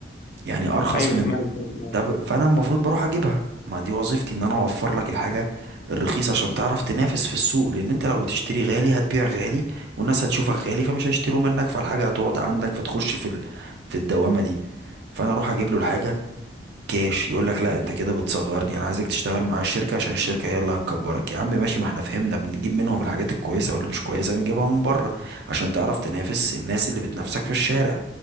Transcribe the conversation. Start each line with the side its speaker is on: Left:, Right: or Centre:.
Right: يعني أرخص
Left: ايوه
Right: من
Left: تمام فاهم
Right: طب فانا المفروض بروح اجيبها ما دي وظيفتي ان انا اوفر لك الحاجه الرخيصه عشان تعرف تنافس في السوق لان انت لو بتشتري غالي هتبيع غالي والناس هتشوفك غالي فمش هيشتروا منك فالحاجه هتقعد عندك فتخش في ال... في الدوامه دي فانا اروح اجيب له الحاجه كاش يقول لك لا انت كده بتصغرني انا عايزك تشتغل مع الشركه عشان الشركه هي اللي هتكبرك يا عم ماشي ما احنا فهمنا بنجيب منهم الحاجات الكويسه واللي مش كويسه بنجيبها من بره عشان تعرف تنافس الناس اللي بتنافسك في الشارع